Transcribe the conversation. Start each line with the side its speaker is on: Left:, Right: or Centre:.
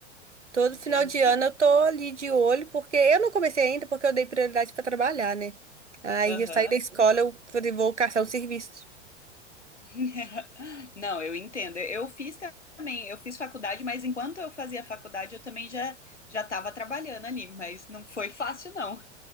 Right: todo
Left: Entendi.
Right: final de ano eu tô ali de olho, porque eu não comecei ainda porque eu dei prioridade para trabalhar, né? Aí
Left: Aham.
Right: eu saí da escola, eu falei, vou caçar um serviço.
Left: <laughs> Não, eu entendo. Eu fiz também, eu fiz faculdade, mas enquanto eu fazia faculdade, eu também já já estava trabalhando ali, mas não foi fácil, não.